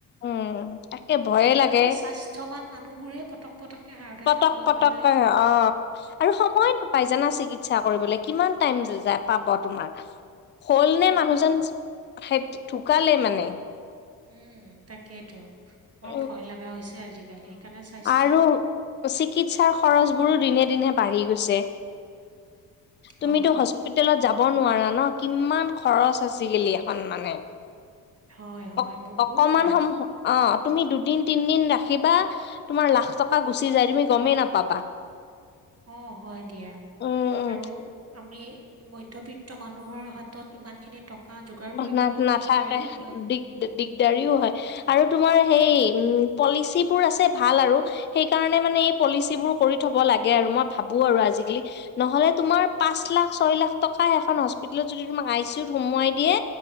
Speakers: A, on the left; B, on the right.
A: উম। তাকে ভয়ে লাগে
B: মানে স্বাস্থ্যৱান মানুহবোৰহে পটক পটককে হাৰ্ট
A: পটক
B: এটেক হৈ
A: পটককৈ
B: পেলাই
A: অ' আৰু সময় নাপাই জানা চিকিৎসা কৰিবলে, কিমান টাইম যে যায় পাব তোমাৰ? হ'লনে
B: সেই
A: মানুহজন সেত ঢুকালেই মানে।
B: উম তাকেইটো, বৰ
A: অ
B: ভয় লাগা হৈছে আজিকালি সেইকাৰণে স্বাস্থ্য
A: আৰু চিকিৎসাৰ খৰচ বোৰো দিনে দিনে বাঢ়ি গৈছে
B: অ',
A: তুমিতো হস্ স্পিটেলত যাব নোৱাৰা ন' কিমান খৰচ আজিকালি এখন মানে।
B: হয়, হয়
A: অক
B: বহুত
A: অকণমান
B: খৰচ।
A: সম অঁ, তুমি দুদিন তিনদিন ৰাখিবা তোমাৰ লাখ টকা গুচি যায়, তুমি গ'মেই নাপাবা।
B: অ হয় দিয়া
A: উম উম
B: আৰু আমি মধ্যবিত্ত মানুহৰ হাতত ইমান খিনি টকা যোগাৰ
A: না
B: কৰিবলৈ অলপ
A: নাথাকে
B: দিগদাৰিও হয়।
A: দিগ দিগদাৰিও হয় আৰু তোমাৰ সেই উ পলিচিবোৰ আছে ভাল আৰু সেইকাৰণে মানে এই পলিচিবোৰ কৰি থব লাগে আৰু মই ভাবো আৰু আজিকালি। নহ'লে তোমাৰ পাঁচ লাখ ছয় লাখ টকা এখন হস্পিতেলত যদি তোমাক আই চি ইউ সোমাই দিয়ে